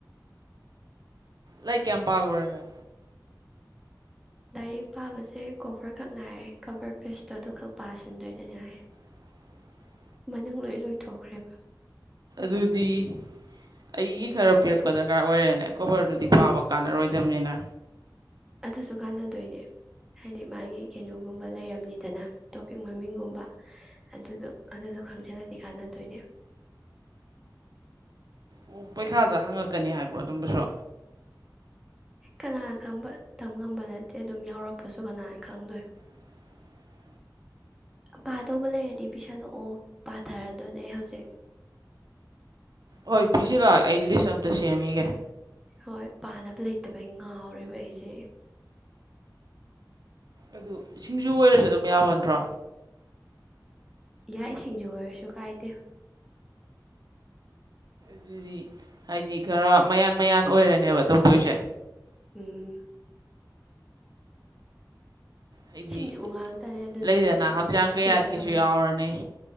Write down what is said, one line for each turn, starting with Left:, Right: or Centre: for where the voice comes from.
Right: ꯂꯩ ꯀꯌꯥꯝꯄꯥꯥꯜ ꯑꯣꯏꯔꯒ
Centre: ꯂꯥꯏꯔꯤꯛ ꯄꯥꯕꯁꯦ ꯀꯣꯕꯔ ꯈꯛ ꯉꯥꯏꯔꯦ ꯀꯕꯔ ꯄꯦꯁꯇꯣ ꯑꯗꯨ ꯈꯛ ꯄꯥꯁꯤꯟꯗꯣꯏꯗꯅꯤ ꯍꯥꯏꯥꯏꯔꯦ
Right: <inaudible>
Centre: ꯃꯅꯤꯡ ꯂꯣꯏ ꯂꯣꯏꯊꯣꯛꯈ꯭ꯔꯦꯕ
Right: ꯔꯨꯗꯤ ꯑꯩꯒꯤ ꯈꯔ ꯄꯤꯔꯛꯄ ꯗꯔꯀꯥꯔ ꯑꯣꯏꯔꯦꯅꯦ ꯀꯣꯕꯔꯗꯨꯗꯤ ꯄꯥꯕ ꯀꯥꯟꯅꯔꯣꯏꯗꯕꯅꯤꯅ
Centre: ꯑꯗꯨꯁꯨ ꯀꯥꯟꯅꯗꯣꯏꯅꯦ ꯍꯥꯏꯗꯤ ꯃꯥꯒꯤ ꯀꯩꯅꯣꯒꯨꯝꯕ ꯂꯩꯔꯝꯅꯤꯗꯅ ꯇꯣꯄꯤꯛ ꯃꯃꯤꯡꯒꯨꯝꯕ ꯑꯗꯨꯗꯣ ꯑꯗꯨꯗꯣ ꯈꯪꯖꯤꯜꯂꯗꯤ ꯀꯥꯟꯅꯗꯣꯏꯅꯦ
Right: ꯑꯣ ꯄꯩꯈꯥꯗ ꯍꯪꯉꯛꯀꯅꯤ ꯍꯥꯏꯕ꯭ꯔꯣ ꯑꯗꯨꯝꯕꯁꯨ
Centre: ꯀꯅꯥꯅ ꯈꯪꯕ ꯇꯝ ꯉꯝꯕ ꯅꯠꯇꯦ ꯑꯗꯨꯝ ꯌꯥꯎꯔꯛꯄꯁꯨ ꯀꯅꯥꯅ ꯈꯪꯗꯣꯏ
Right: <unintelligible>
Centre: ꯄꯥꯗꯧꯕ ꯂꯩꯔꯗꯤ ꯄꯤꯁꯜꯂꯛꯑꯣ ꯄꯥꯊꯔꯗꯨꯅꯦ ꯍꯧꯖꯤꯛ
Right: ꯍꯣꯏ ꯄꯤꯁꯤꯜꯂꯛꯑ ꯑꯩ ꯂꯤꯁ ꯑꯝꯇ ꯁꯦꯝꯃꯤꯒꯦ
Centre: ꯍꯣꯏ ꯄꯥꯅꯕ ꯂꯩꯇꯕ ꯑꯩ ꯉꯥꯎꯔꯦꯕ ꯑꯩꯁꯦ
Right: ꯑꯗꯨ ꯁꯤꯡꯖꯨ ꯑꯣꯏꯔꯁꯨ ꯑꯗꯨꯝ ꯌꯥꯕꯠꯇ꯭ꯔꯣ
Centre: ꯏꯏ ꯏꯁꯤꯡꯖ ꯑꯣꯏꯔꯁꯨ ꯀꯥꯏꯗꯦ
Right: ꯑꯗꯨꯗꯤ ꯍꯥꯏꯗꯤ ꯈꯔ ꯃꯌꯥꯟ ꯃꯌꯥꯟ ꯑꯣꯏꯔꯅꯦꯕ ꯇꯧꯗꯣꯏꯁꯦ
Centre: ꯎ
Right: ꯍꯥꯏꯗꯤ
Centre: ꯁꯤꯡꯖꯨ ꯉꯥꯛꯇꯅꯦ ꯑꯗꯨꯗꯨꯅ
Right: ꯂꯩꯗꯅ
Centre: ꯁꯤꯡꯖꯨ
Right: ꯍꯛꯆꯥꯡ
Centre: ꯉꯥꯛ
Right: ꯀꯌꯥꯠꯀꯤꯁꯨ
Centre: ꯁꯨꯔ ꯊꯥꯗꯔꯒ
Right: ꯌꯥꯎꯔꯅꯤ